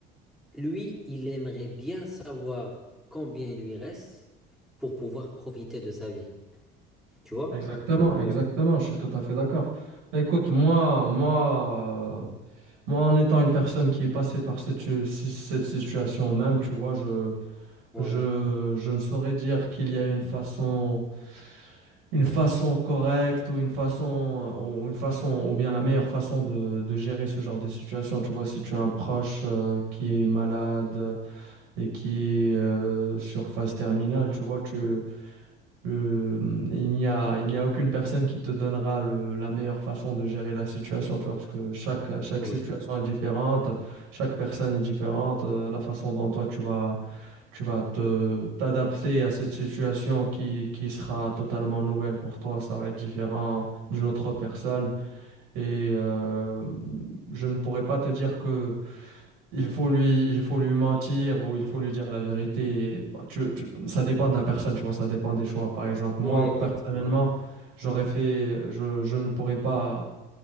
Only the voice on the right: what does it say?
Exactement,
exactement,
je suis tout à fait d'accord. Bah, Écoute, moi, moi, euh, moi, en étant une personne qui est passée par cette, tu- si- cette situation même, tu vois, je,
je, je ne saurais dire qu'il y a une façon une façon correcte ou une façon, ou une façon, ou bien la meilleure façon de, de gérer ce genre de situation. Tu vois, si tu as un proche euh, qui est malade et qui est euh, sur phase terminale, tu vois, tu, euh, il n'y a, il n'y a aucune personne qui te donnera le, la meilleure façon de gérer la situation, tu vois, parce que chaque, chaque
situation est différente, chaque personne est différente, euh, la façon dont toi tu vas tu vas te t'adapter à cette situation qui, qui sera totalement nouvelle pour toi. Ça va être différent d'une autre personne. Et euh, je ne pourrais pas te dire que il faut lui, il faut lui mentir ou il faut lui dire la vérité. Bah, tu- tu- ça dépend de la personne, tu vois, ça dépend des choix. Par exemple, moi,
personnellement, j'aurais fait, je, je ne pourrais pas.